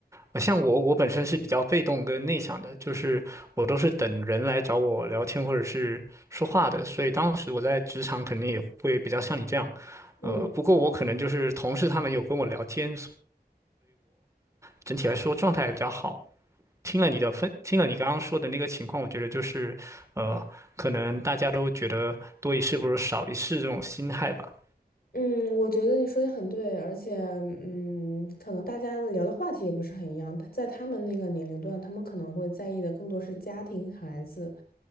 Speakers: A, on the right; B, on the left.
A: 呃像我，我本身是比较被动跟内向的，就是我都是等人来找我聊天或者是说话的，所以当时我在职场肯定也会比较像你这样，
B: 嗯。
A: 呃，不过我可能就是同事他们有跟我聊天，整体来说状态也比较好。听了你的分，听了你刚刚说的那个情况，我觉得就是，呃，可能大家都觉得多一事不如少一事这种心态吧。
B: 嗯，我觉得你说的很对，而且，嗯，可能大家聊的话题也不是很一样。他在他们那个年龄段，他们可能会在意的更多是家庭、孩子，